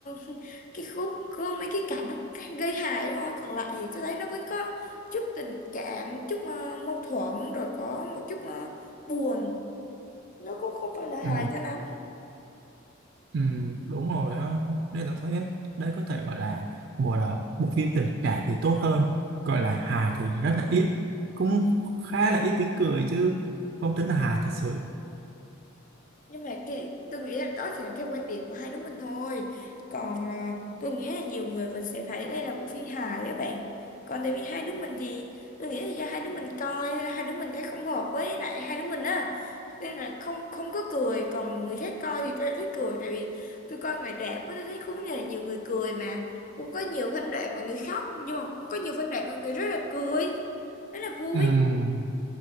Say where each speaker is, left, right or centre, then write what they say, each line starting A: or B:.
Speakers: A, on the left; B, on the right.
A: <laughs> cái khúc có mấy cái cảnh nó <laughs> gây hài thôi còn lại thì tôi thấy nó vẫn có chút tình cảm chút ờ, mâu thuẫn rồi có một chút ờ, buồn nó cũng không phải là hài
B: ừ.
A: cho lắm
B: Ừ, đúng rồi á nên là thấy đây có thể gọi là một là bộ phim tình cảm thì tốt hơn gọi là hài thì rất là ít cũng khá là ít tiếng cười chứ không tính là hài thật sự
A: nhưng mà cái tôi nghĩ là đó chỉ là theo quan điểm của hai đứa mình thôi còn ờ, tôi nghĩ là nhiều người vẫn sẽ thấy đây là bộ phim hài các bạn còn tại vì hai đứa mình thì tôi nghĩ là do hai đứa mình coi hai đứa mình thấy không hợp với lại hai đứa mình á nên là không không có cười còn người khác coi thì tôi lại thích cười tại vì tôi coi ngoài rạp á, tôi thấy cũng là nhiều người cười mà cũng có nhiều phân đoạn mà người khóc nhưng mà cũng có nhiều phân đoạn mà người rất là cười rất là vui
B: ừ,